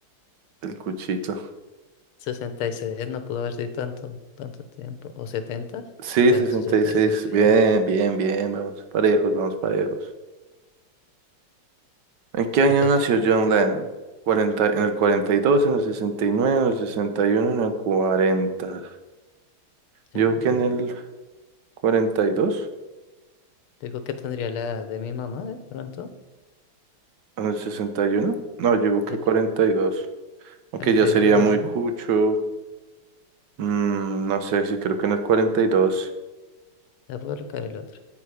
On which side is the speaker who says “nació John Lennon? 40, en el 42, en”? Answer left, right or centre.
Right